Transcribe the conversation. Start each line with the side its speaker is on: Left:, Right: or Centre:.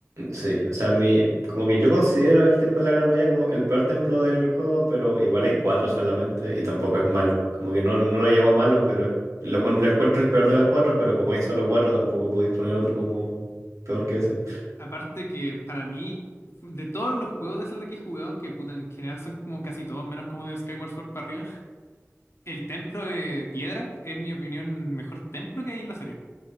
Right: Sí, o sea, mi, como que yo considero el Templo de la Gran Bahía como el peor templo del juego, pero igual
Left: Ujú.
Right: hay cuatro solamente y tampoco es malo. Como que no, no lo llamo malo, pero es- lo, cuen- lo encuentro el peor de las cuatro, pero como hay solo cuatro, tampoco podéis poner otro como peor que ese.
Left: Aparte que para mí, de todos los juegos de Zelda que he jugado, que puta, en general son como casi todos, menos como de Skyward Sword para arriba, el templo de piedra es, en mi opinión, el mejor templo que hay en la serie.